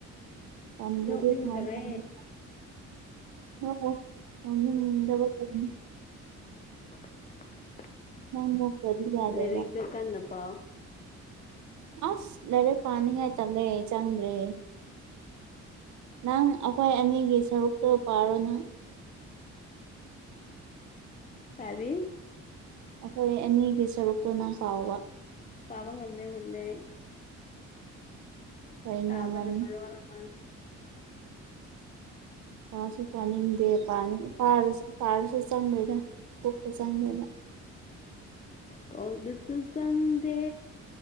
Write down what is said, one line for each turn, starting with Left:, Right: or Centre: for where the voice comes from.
Right: ꯇꯝꯗ꯭ꯔꯗꯤ
Left: ꯅꯣꯛꯅꯤꯡꯗꯔꯦ
Right: ꯀꯃꯥꯏꯅ ꯇꯝꯅꯤ ꯅꯣꯛꯑꯣ ꯅꯣꯛꯅꯤꯡꯗꯕꯥ ꯀꯔꯤ
Left: <unintelligible>
Right: <unintelligible> ꯌꯥꯗꯦꯕ
Left: ꯂꯥꯏꯔꯤꯛꯇꯣ ꯀꯥꯟꯅ ꯄꯥꯎ
Right: ꯑꯁ ꯂꯥꯏꯔꯤꯛ ꯄꯥꯅꯤꯉꯥꯏ ꯇꯜꯂꯦ ꯆꯪꯗꯔꯦ ꯅꯪ ꯑꯈꯣꯏ ꯑꯅꯤꯒꯤ ꯁꯔꯨꯛꯇꯣ ꯄꯥꯔꯣ ꯅꯪ
Left: ꯇꯥꯜꯂꯤ
Right: ꯑꯈꯣꯏ ꯑꯅꯤꯒꯤ ꯁꯔꯨꯛꯇꯣ ꯅꯪ ꯄꯥꯎꯕ
Left: ꯄꯥꯕ ꯉꯝꯗꯦ ꯉꯝꯗꯦ ꯑꯩ
Right: ꯀꯔꯤꯅꯣ
Left: ꯁꯥꯕꯅꯥ
Right: ꯉꯝ
Left: ꯃꯔꯣꯟ ꯑꯃꯥ
Right: ꯄꯥꯁꯨ ꯄꯥꯅꯤꯡꯗꯦ ꯄꯥꯔꯁꯨ ꯄꯥꯔꯁꯨ ꯆꯪꯔꯣꯏꯗꯥ ꯀꯣꯛꯇ ꯆꯪꯗꯔ꯭ꯦꯕꯥ
Left: ꯀꯣꯛꯇꯥꯁꯨ ꯆꯪꯗꯦ